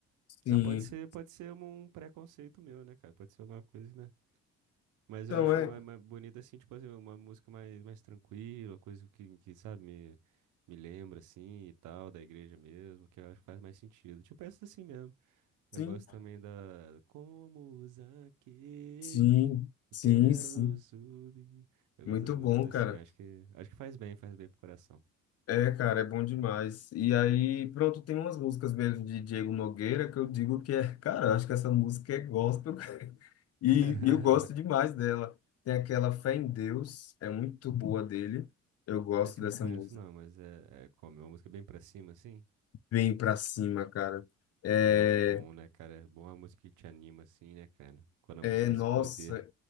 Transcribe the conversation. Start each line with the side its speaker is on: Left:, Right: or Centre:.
Left: Sim.
Right: Mas pode ser, pode ser um um preconceito meu, né, cara? Pode ser alguma coisa, né? Mas
Left: Então
Right: eu acho
Left: é.
Right: mais, mais bonita, assim, tipo assim, uma música mais, mais tranquila, coisa que, que, sabe, me, me lembra, assim, e tal, da igreja mesmo, que eu acho que faz mais sentido. Tipo essa assim mesmo.
Left: Sim.
Right: Eu gosto também da Como Zaqueu,
Left: Sim. Sim,
Right: eu quero
Left: sim.
Right: subir. Eu
Left: Muito
Right: gosto das músicas
Left: bom,
Right: assim,
Left: cara.
Right: acho que, acho que faz bem, faz bem pro coração.
Left: É, cara, é bom demais. E aí, pronto, tem umas músicas mesmo de Diego Nogueira que eu digo que é, <laughs> cara, eu acho que essa música é gospel, <laughs> cara. E
Right: <laughs>
Left: eu gosto demais dela. Tem aquela Fé em Deus, é muito boa dele. Eu gosto
Right: Essa
Left: dessa
Right: eu não conheço
Left: música.
Right: não, mas é, é como, é uma música bem pra cima, assim.
Left: Vem pra cima, cara. É,
Right: Pô, bom, né, cara? É bom a música que te anima, assim, né, cara? Quando a
Left: é
Right: música tem
Left: nossa,
Right: esse poder.